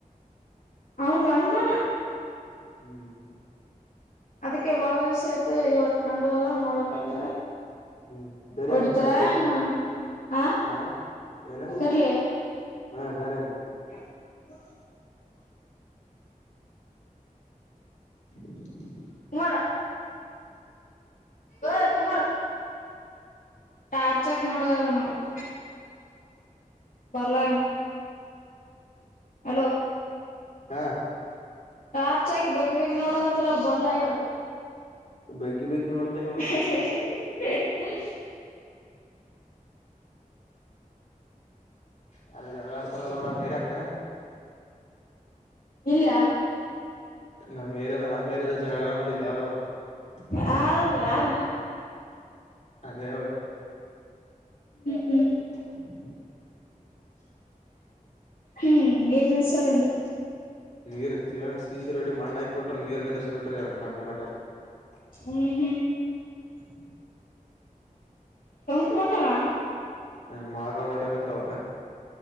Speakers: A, on the left (about 80°); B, on the left (about 55°).
A: ಅವ್ರ ಅನಮಾನ
B: ಹ್ಮ್
A: ಅದಕ್ಕೆ ಬಾಳ ದಿವ್ಸ ಆಯ್ತು ಇವತ್ ಕಂಡದಲ್ಲ ನೋಡಕ ಹತ್ತಾರ
B: ಹ್ಮ್ ಕರೇನಿ
A: ಹೊಡ್ತರ
B: ನಡ ಕರ್ಕೊಂಡ
A: ನಾ ಹ
B: ಹಾ ಏನ
A: ಬರ್ಲಿ <inaudible>
B: ಹಾ ಸರಿಿ <unintelligible>
A: <inaudible>
B: ಸಿ <unintelligible>
A: ಹ <unintelligible> ಏ ತುಮಾರ <inaudible> ಟಾರ್ಚ್ ಹಾಕ್ ನೋಡದದ ನ ಅವರು <inaudible> ಬರ್ಲ <unintelligible> ಹಲೋ
B: ಹಾ
A: ಟಾರ್ಚ್ ಹಾಕಿ ಬಿಗಿ ಬಗ್ಗಿ ನೋಡಕತ್ತತ್ರ ಅವರು ಬರ್ಲಗಾರ
B: ಬಗ್ಗಿ ಬಗ್ಗಿ ನೋಡ್ದ
A: <inaudible>
B: ಇವತ್ತ ಯಾರ ಜಗಳ ಆಡ್ತಾರಲ್ವ ನಮ್ ಏರಿಯಾಕ
A: <inaudible> ಇಲ್ಲ
B: ನಮ್ಮ್ ಮೇರದ ನಮ್ಮ್ೇರ ಅದ ಜಗಳ ನಡದಿಲ್ಲ ಯಾವದ <unintelligible>
A: ಹ ಯಾರ
B: ಅದೇ
A: <inaudible>
B: ಹ್ಮ
A: ಹ್ಮ್ ರ್ನ್ ಸಲಂದು <inaudible>
B: ನೀರುಚ್ಚ ಶೀಸರುೋಡಿ ಮಣ್ಣ <unintelligible> ಪಟ ನೀರ ದಶಪಿಟ ಯಾವಟಾಂಕ ಮಾಡ <unintelligible>
A: ಹ್ಮ್ ತಂಕ ಮಟನಾ <inaudible>
B: ಹ ಮಾಕಾ ಮಟನ್ ಅಂತಾವ